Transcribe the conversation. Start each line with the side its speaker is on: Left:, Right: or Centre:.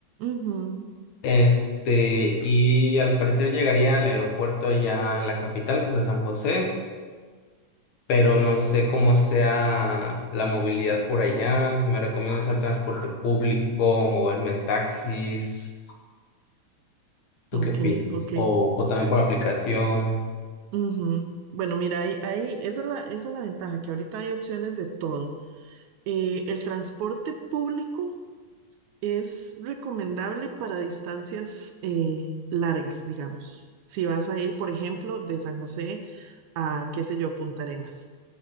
Right: Ujú,
Left: Este, y al parecer llegaría al aeropuerto ya a la capital, pues a San José, pero no sé cómo sea la movilidad por allá, si me recomiendo usar transporte público, moverme en taxis, ¿tú
Right: Ok,
Left: qué opinas?
Right: ok.
Left: O, o también por aplicación.
Right: ujú. Bueno, mira, ahí, ahí- esa es la, esa es la ventaja, que ahorita hay opciones de todo. Eh, el transporte público. Es recomendable para distancias eh, largas, digamos. Si vas a ir, por ejemplo, de San José a, qué sé yo, Punta Arenas,